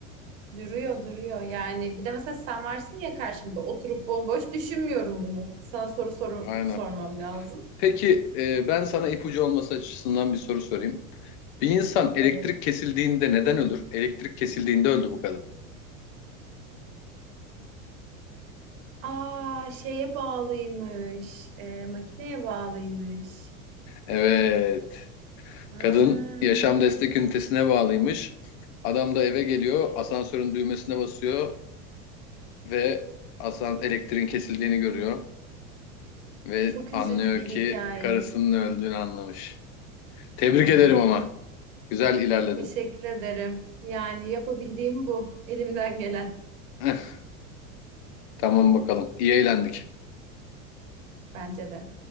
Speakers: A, on the right; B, on the left.
A: Duruyor duruyor yani. Bir de mesela sen varsın ya karşımda oturup bomboş düşünmüyorum bunu. Sana soru soru
B: Aynen.
A: sormam lazım.
B: Peki e, ben sana ipucu olması açısından bir soru sorayım. Bir insan elektrik
A: Evet.
B: kesildiğinde neden ölür? Elektrik kesildiğinde öldü bu kadın.
A: Aa şeye bağlıymış. Ee, makineye bağlıymış.
B: Evet.
A: Aa,
B: Kadın yaşam destek ünitesine bağlıymış. Adam da eve geliyor, asansörün düğmesine basıyor ve asan elektriğin kesildiğini görüyor ve
A: çok
B: anlıyor
A: üzücü bir hikaye.
B: ki karısının öldüğünü anlamış. Tebrik
A: Aa.
B: ederim ama. Güzel ilerledin.
A: Teşekkür ederim. Yani yapabildiğim bu. Elimden gelen
B: <laughs> Tamam bakalım. İyi eğlendik.
A: bence de.